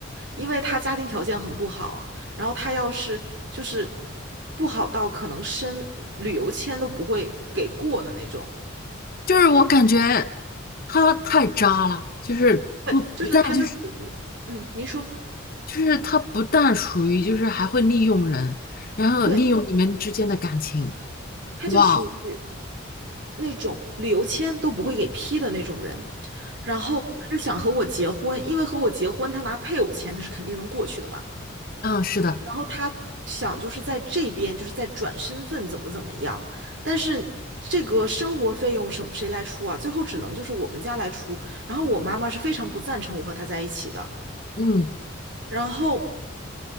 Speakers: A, on the right (about 60°); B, on the left (about 45°).
A: 因为他家庭条件很不好，然后他要是就是不好到可能申旅游签都不会给过的那种，
B: 就是我感觉他太渣了，就是不不但就是
A: 对，就是他就属于，嗯，您说。
B: 就是他不但属于就是还会利用人，然后利用你们之间的感情。
A: 对，他就属于
B: 哇，
A: 那种旅游签都不会给批的那种人，然后他就想和我结婚，因为和我结婚，他拿配偶钱他是肯定能过去的嘛。
B: 嗯，是的，
A: 然后他想就是在这边就是在转身份怎么怎么样，但是这个生活费用什么谁来出啊？最后只能就是我们家来出。然后我妈妈是非常不赞成我和他在一起的，
B: 嗯
A: 然后。